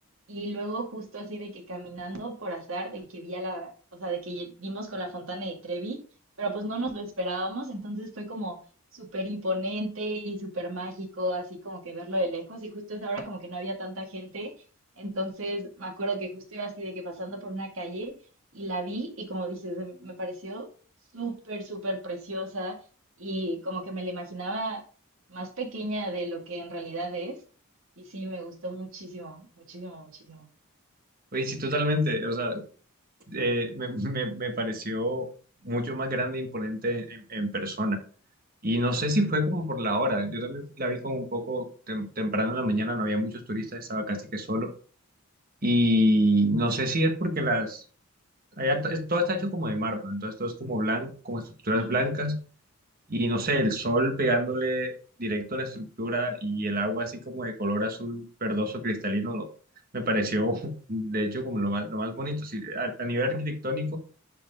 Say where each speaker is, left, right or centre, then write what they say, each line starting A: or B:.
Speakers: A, on the right; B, on the right.
A: Y luego justo así de que caminando por azar, de que vi a la, o sea, de que ye- dimos con la Fontana de Trevi, pero pues no nos lo esperábamos, entonces fue como súper imponente y súper mágico, así como que verlo de lejos, y justo esa hora como que no había tanta gente, entonces me acuerdo que justo iba así de que pasando por una calle y la vi y como dices, em, me pareció súper, súper preciosa y como que me la imaginaba más pequeña de lo que en realidad es. Y sí, me gustó muchísimo, muchísimo, muchísimo.
B: Oye, sí, totalmente. O sea, eh, me, me- me pareció mucho más grande e imponente en, en persona. Y no sé si fue como por la hora. Yo también la vi como un poco tem- temprano en la mañana, no había muchos turistas, estaba casi que solo. Y no sé si es porque las, allá t- es- todo está hecho como de mármol, entonces todo es como blanco, como estructuras
A: Ujú.
B: blancas y no sé, el sol pegándole directo a la estructura y el agua así como de color azul verdoso cristalino, lo- me pareció <laughs> de hecho como lo más, lo más bonito, sí, a, a nivel arquitectónico,